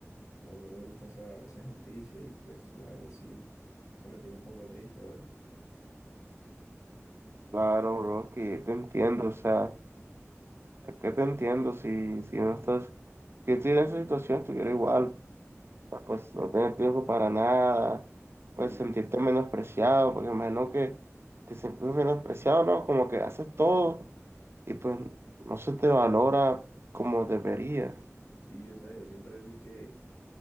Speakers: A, on the left (about 85°); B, on the right (about 55°).
A: no, no me gusta esa, esa injusticia y pues la verdad sí, eso me tiene un poco triste, ¿vale?
B: Claro, bro, que te entiendo, o sea, es que te entiendo si, si no estás, si estoy en esa situación, estuviera igual. pa- pues no tener tiempo para nada,
A: Sí,
B: pues sentirte menospreciado, porque imagino que te sientes menospreciado, ¿no? Como que haces todo y pues no se te valora como debería.
A: sí, yo sé, yo siento a veces que,